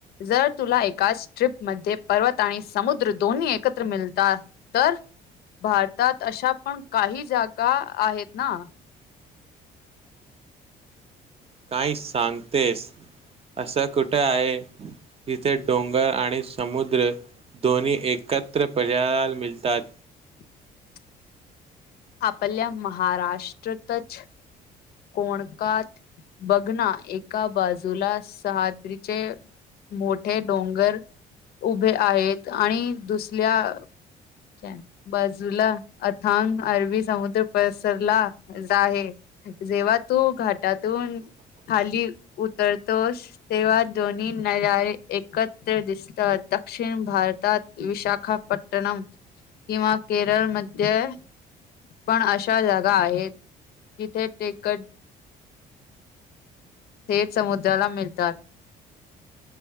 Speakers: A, on the left; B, on the right.
A: जर तुला एकाच ट्र्रीपमध्ये पर्वत आणि समुद्र दोन कोोणी एकत्र मिळता तर भारतात अशा पण काही जागा आहेत ना
B: काही सांगतेस असं कुठं आहे तिथे डोंगर आणि समुद्र धोनी एकत्र प्रज्याल मिळतात
A: <unintelligible> आपपल्या महाराष्ट्रतच कोणकात बघना एका बाजूला सहाद्रीचे मोठे डोंगर उभे आहेत आणि दुसल्या बाजूला अथांग अरबी समुद्र पसरला जा आहे जेव्हा तू घाटातून खाली उतरतोस तेव्हा दोन्ही नजळे एकत्र दिसत हो दक्षिण भारतात विशाखापट्टणम किंवा केरळमध्ये पण अशा जागा आहेत जिथे टेकट थेट समुद्राला मिळतात